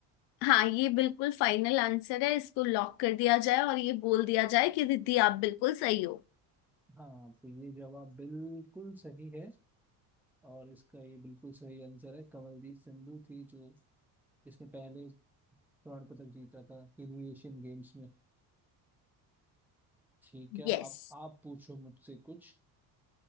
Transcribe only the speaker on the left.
हाँ ये बिल्कुल फाइनल आंसर है इसको लॉक कर दिया जाए और ये बोल दिया जाए कि दीदी आप बिल्कुल सही हो
यस